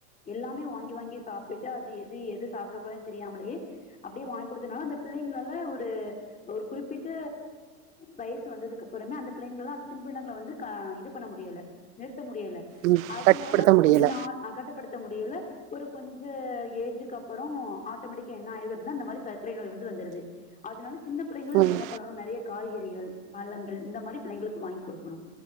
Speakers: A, on the left; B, on the right.
A: எல்லாமே வாங்கி வாங்கி சாப்பிட்டு அது எது எது சாப்புடக்கூடான்னு தெரியாமலே அப்டியே வாங்க குடுத்தனால அந்த பிள்ளைங்களால ஒரு ஒரு குறிப்பிட்ட வயசு வந்ததுக்கு அப்புறமே அந்த பிள்ளைகளால அந்த தின்பண்டங்கள வந்து க இது பண்ண முடியல நிறுத்த முடியல
B: ம்
A: அதுனால
B: கட்டுப்படுத்த முடியல
A: கொஞ்ச நாள் அ கட்டுப்படுத்த முடியல ஒரு கொஞ்ச ஏஜிக்கு அப்புறோ ஆட்டோமேட்டிக்கா என்ன ஆயிடுது அப்டின்னா இந்த மாரி சர்க்கரை நோய் வந்து வந்துருது அதுனால சின்ன பிள்ளைங்கள நம்ம
B: ம்
A: என்னா பண்ணணு நெறைய காய்கறி கறிகள் பழங்கள் இந்த மாரி பிள்ளைங்களுக்கு வாங்கி குடுக்கணு